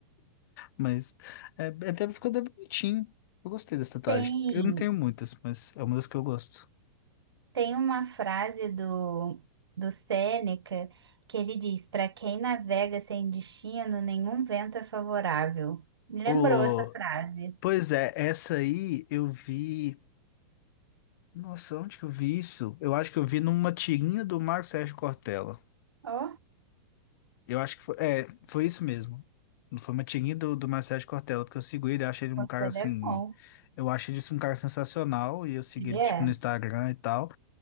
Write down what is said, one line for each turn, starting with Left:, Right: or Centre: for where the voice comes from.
Left: Mas é, até ficou até bonitinho. Eu gostei dessa tatuagem.
Right: Tem.
Left: Eu não tenho muitas, mas é uma das que eu gosto.
Right: Tem uma frase do, do Sêneca que ele diz: Para quem navega sem destino, nenhum vento é favorável. Me lembrou
Left: Ô,
Right: essa frase.
Left: pois é, essa aí eu vi. Nossa, onde que eu vi isso? Eu acho que eu vi numa tirinha do Marco Sérgio Cortella.
Right: Ó,
Left: Eu acho que foi, é, foi isso mesmo. Foi uma tirinha do, do Marcelo Cortella, porque eu sigo ele, eu acho ele um
Right: você
Left: cara assim.
Right: é bom.
Left: Eu acho ele assim, um cara sensacional, e eu sigo
Right: Ele
Left: ele
Right: é.
Left: tipo no Instagram e tal.